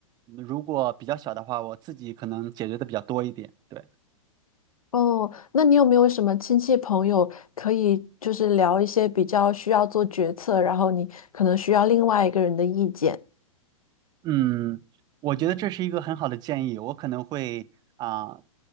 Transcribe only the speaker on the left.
哦，那你有没有什么亲戚朋友可以就是聊一些比较需要做决策，然后你可能需要另外一个人的意见？